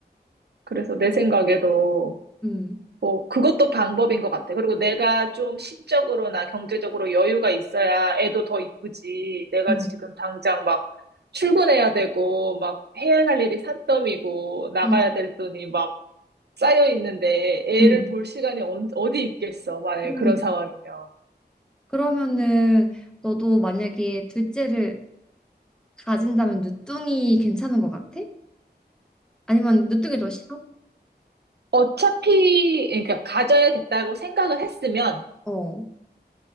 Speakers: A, on the right (about 70°); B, in the centre.
A: 그래서 내 생각에도
B: 음,
A: 뭐 그것도 방법인 것 같아. 그리고 내가 좀 심적으로나 경제적으로 여유가 있어야 애도 더 이쁘지. 내가
B: 음,
A: 지금 당장 막 출근해야 되고 막 해야 할 일이 산더미고 나가야
B: 음,
A: 될 돈이 막 쌓여 있는데 애를
B: 음.
A: 볼 시간이 언- 어디 있겠어. 만약에
B: 그럼,
A: 그런 상황이면.
B: 그러면은 너도 만약에 둘째를 가진다면 늦둥이 괜찮은 것 같아? 아니면 늦둥이 더 싫어?
A: 어차피 그러니까 가져야겠다고 생각을 했으면
B: 어,